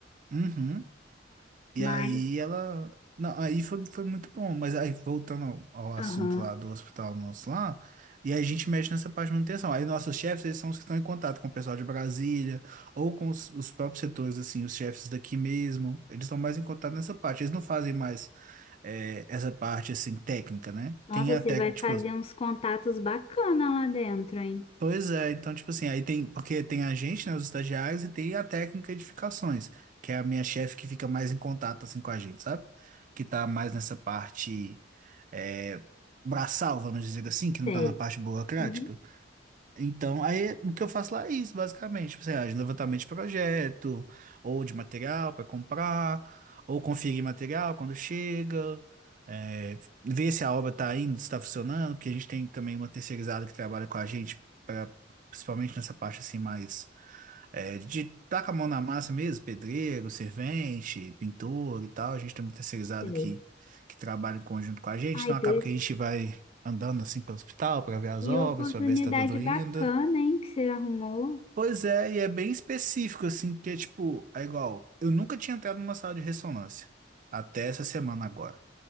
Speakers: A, on the right; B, on the left.
A: Uhum. E
B: Mas,
A: aí ela. Não, aí foi, foi muito bom, mas aí voltando ao, ao assunto
B: aham.
A: lá do hospital nosso lá, e aí a gente mexe nessa parte de manutenção. Aí nossos chefes, eles são os que estão em contato com o pessoal de Brasília, ou com os, os próprios setores, assim, os chefes daqui mesmo, eles estão mais em contato nessa parte, eles não fazem mais eh, essa parte, assim, técnica, né?
B: Nossa,
A: Tem a
B: você
A: técnica,
B: vai fazer
A: tipo,
B: uns contatos bacana lá dentro, hein?
A: Pois é, então, tipo assim, aí tem, porque tem a gente, né, os estagiários, e tem a técnica de edificações, que é a minha chefe que fica mais em contato, assim, com a gente, sabe? Que tá mais nessa parte, é, braçal, vamos dizer assim, que
B: Sei.
A: não tá na parte burocrática.
B: Uhum,
A: Então, aí o que eu faço lá é isso, basicamente. Tipo assim, ah, de levantamento de projeto, ou de material para comprar, ou conferir material quando chega, é, ver se a obra está indo, se está funcionando, porque a gente tem também uma terceirizada que trabalha com a gente, pra, principalmente nessa parte assim, mais é, de tá com a mão na massa mesmo, pedreiro, servente, pintor e tal. A gente tem uma terceirizada
B: sei.
A: que, que trabalha em conjunto com a gente,
B: Ai,
A: então acaba
B: que
A: que a gente vai andando assim pelo hospital para ver as
B: Que
A: obras,
B: oportunidade
A: para ver se está tudo
B: bacana,
A: indo.
B: hein, que você arrumou.
A: Pois é, e é bem específico, assim, que é tipo, é igual, eu nunca tinha entrado numa sala de ressonância, até essa semana agora.